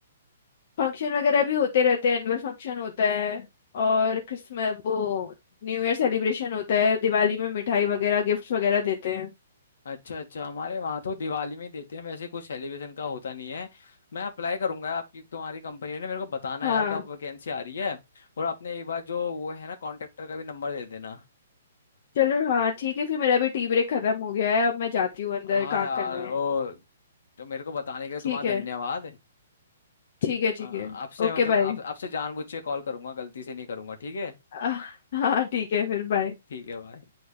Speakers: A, on the left (about 50°); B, on the left (about 70°).
A: फंक्शन वगैरह भी होते रहते हैं एनुअल फंक्शन होता है और क्रिसमस वो न्यू ईयर सेलिब्रेशन होता है दिवाली में मिठाई वगैरह गिफ्ट्स वगैरह देते हैं
B: अच्छा अच्छा हमारे वहाँ तो दिवाली में ही देते हैं वैसे कुछ सेलिब्रेशन का होता नहीं है मैं अप्लाई करूंगा आपकी तुम्हारी कंपनी ने मेरे को बताना
A: हाँ
B: यार कब वैकेंसी आ रही है और आपने एक बार जो वो है ना कॉन्ट्रेक्टर का भी नंबर दे देना
A: चलो हाँ ठीक है फिर मेरा भी टी ब्रेक खत्म हो गया है अब मैं जाती हूँ अंदर
B: हाँ
A: काम
B: यार
A: करना है
B: और तो मेरे को बताने के लिए तुम्हारा
A: ठीक है
B: धन्यवाद
A: ठीक है ठीक
B: हाँ,
A: है
B: आपसे
A: Okay
B: मतलब
A: bye
B: आप आपसे जानबूझ के कॉल करूंगा गलती से नहीं करूंगा ठीक है
A: आह, हाँ ठीक है फिर बाय
B: ठीक है भाई